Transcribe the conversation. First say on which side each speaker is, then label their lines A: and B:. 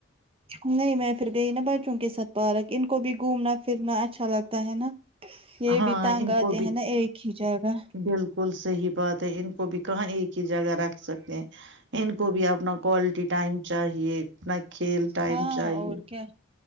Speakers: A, on the right; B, on the right.
A: نہیں میں پھر گئی نا بچوں کے ساتھ پارک ان کو بھی گھومنا پھرنا اچھا اچھا لگتا ہے نا یہ
B: ہاں
A: بھی تانگ
B: ان
A: آتے
B: کو بھی
A: ہیں نا ایک ہی جگہ
B: بالکل صحیح بات ہے ان کو بھی کہاں ایک ہی جگہ رکھ سکتے ہیں ان کو بھی اپنا کوالٹی ٹائم چاہیے اپنا کھیل ٹائم
A: ہاں
B: چاہیے
A: اور کیا